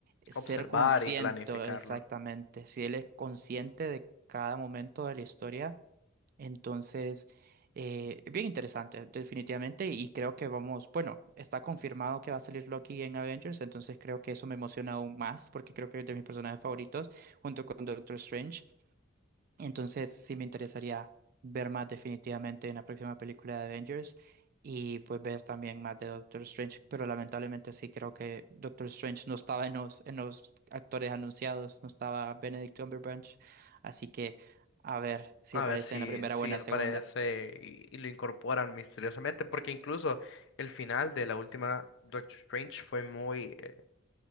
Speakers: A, on the right; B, on the left.
A: ser
B: observar
A: consciente
B: y planificarlo.
A: exactamente, si él es consciente de cada momento de la historia entonces, eh, bien interesante, definitivamente, y creo que vamos, bueno, está confirmado que va a salir Loki en Avengers, entonces creo que eso me emociona aún más, porque creo que es de mis personajes favoritos, junto con Doctor Strange. Entonces sí me interesaría ver más definitivamente en la próxima película de Avengers y pues ver también más de Doctor Strange, pero lamentablemente sí creo que Doctor Strange no estaba en los, en los actores anunciados, no estaba Benedict Cumberbatch, así que a ver si
B: A
A: aparece
B: ver si,
A: en la primera
B: si
A: o en la
B: aparece
A: segunda.
B: y, y lo incorporan misteriosamente, porque incluso el final de la última Doctor Strange fue muy, eh,